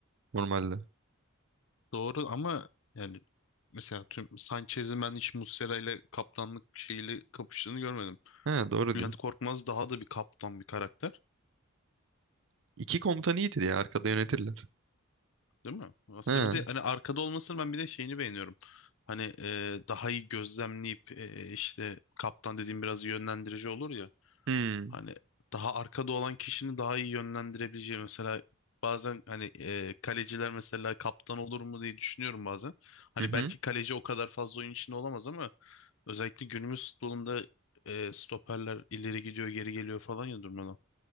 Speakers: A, on the right; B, on the left.
A: normalde.
B: Doğru ama yani mesela tüm Sanchez'in ben hiç Muslera ile kaptanlık şeyiyle kapıştığını görmedim.
A: He doğru
B: Bülent
A: diyor.
B: Korkmaz daha da bir kaptan bir karakter,
A: İki komutan iyidir ya arkada yönetirler.
B: değil mi? Aslında
A: He.
B: bir de hani arkada olmasını ben bir de şeyini beğeniyorum. Hani e, daha iyi gözlemleyip e, işte kaptan dediğim biraz yönlendirici olur ya.
A: Hmm.
B: Hani daha arkada olan kişinin daha iyi yönlendirebileceği mesela bazen hani e, kaleciler mesela kaptan olur mu diye düşünüyorum bazen. Hani
A: Hı hı.
B: belki kaleci o kadar fazla oyun içinde olamaz ama Özellikle günümüz futbolunda e, stoperler ileri gidiyor geri geliyor falan ya durmadan.